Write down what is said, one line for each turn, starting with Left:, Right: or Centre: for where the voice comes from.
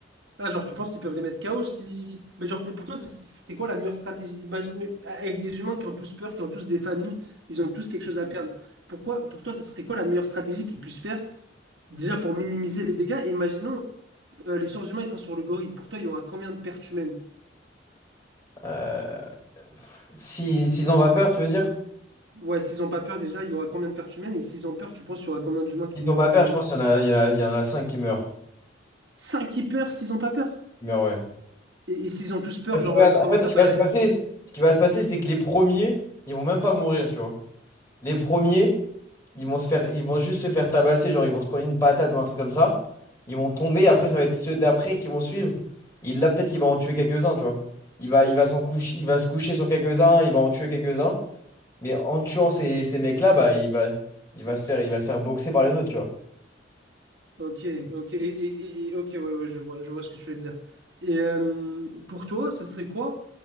Right: Ah, genre, tu penses qu'ils peuvent les mettre KO si... Mais genre, pour toi, c'est c'est quoi la meilleure stratégie? Imagine, mais avec des humains qui ont tous peur, qui ont tous des familles, ils ont tous quelque chose à perdre. Pourquoi, pour toi, ce serait quoi la meilleure stratégie qu'ils puissent faire, déjà, pour minimiser les dégâts? Imaginons... euh, les sens humains ils font sur le gorille. Pour toi, il y aura combien de pertes humaines?
Left: Euh, pff, Si, s'ils ont pas peur, tu veux dire?
Right: Ouais, s'ils ont pas peur déjà, il y aura combien de pertes humaines? Et s'ils ont peur, tu penses qu'il y aura combien d'humains qui
Left: Ils n'ont
Right: vont,
Left: pas peur,
Right: qui vont
Left: je
Right: mourir?
Left: pense qu'il y en a, il y en a, il y en a 5 qui meurent.
Right: 5 qui peur s'ils ont pas peur?
Left: Qui meurent, ouais.
Right: Et, et s'ils ont tous peur,
Left: Parce
Right: genre,
Left: que, regarde,
Right: euh, ils
Left: en
Right: commencent
Left: fait, ce qui
Right: à pas
Left: va
Right: y
Left: se
Right: aller?
Left: passer, ce qui va se passer, c'est que les premiers, ils vont même pas mourir, tu vois. Les premiers, ils vont se faire, ils vont juste se faire tabasser, genre ils vont se prendre une patate ou un truc comme ça. Ils vont tomber, après ça va être ceux d'après qui vont suivre. Et là, peut-être qu'il va en tuer quelques-uns, tu vois. Il va, il va s'en coucher, il va se coucher sur quelques-uns, il va en tuer quelques-uns. Mais en tuant ces, ces mecs-là, bah, il va, il va se faire, il va se faire boxer par les autres, tu vois.
Right: Ok, ok, et, et- et- ok, ouais, ouais, je vois, je vois ce que tu veux dire. Et euh, pour toi, ce serait quoi